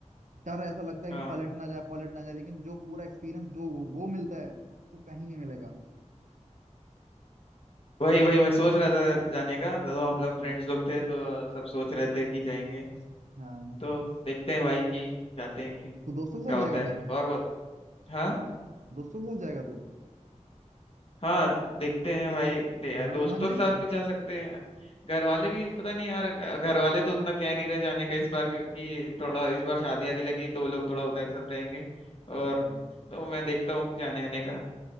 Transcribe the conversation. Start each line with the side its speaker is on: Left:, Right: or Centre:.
Right: डर ऐसा लगता है
Left: हाँ
Right: कि पलट ना जाए पलट ना जाए लेकिन जो पूरा एक्सपीरियंस जो वो, वो मिलता है वो कहीं नहीं मिलेगा
Left: वही वही मैं सोच रहा था जाने का तो हम लोग
Right: हाँ
Left: फ्रेंड्स लोग थे तो सब सोच रहे थे कि जाएंगे
Right: हाँ,
Left: तो देखते हैं भाई कि जाते हैं कि क्या
Right: तो दोस्तों के साथ
Left: होता
Right: जाएगा फिर
Left: है और वो हाँ
Right: दोस्तों के साथ जाएगा तू
Left: हाँ देखते हैं भाई दे-
Right: घर वाले
Left: दोस्तों
Right: मान जाएंगे
Left: के साथ भी जा सकते हैं घर वाले भी पता नहीं यार घर वाले तो उतना कह नहीं रहे जाने का इस बार क्योंकि थोड़ा इस बार शादी आदि लगी तो वो लोग थोड़ा उधर सब रहेंगे और
Right: अच्छा
Left: तो मैं देखता हूँ जाने आने का